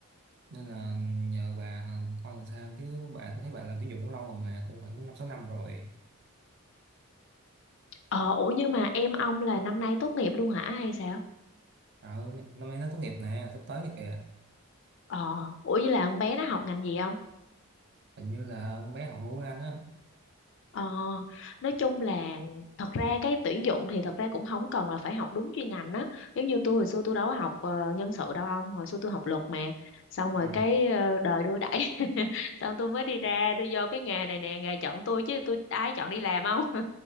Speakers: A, on the right; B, on the left.
A: nên là nhờ bà coi làm sao chứ bà tôi thấy bà làm tuyển dụng cũng lâu rồi mà cũng khoảng năm sáu năm rồi
B: Ờ, ủa nhưng mà em ông là năm nay tốt nghiệp luôn hả hay sao?
A: à, ừ, năm nay nó tốt nghiệp nè sắp tới này kìa
B: Ờ, ủa như là con bé nó học ngành gì không?
A: hình như là con bé học ngôn ngữ Anh á
B: Ờ, nói chung là thật ra cái tuyển dụng thì thật ra cũng không cần là phải học đúng chuyên ngành á giống như tôi hồi xưa tôi đâu có học ờ, nhân sự đâu ông hồi xưa tôi học luật mà xong
A: Ừ.
B: rồi cái ờ, đời đưa đẩy <laughs> xong tôi mới đi ra tôi vô cái nghề này nè nghề chọn tôi chứ tôi ai chọn đi làm không <laughs>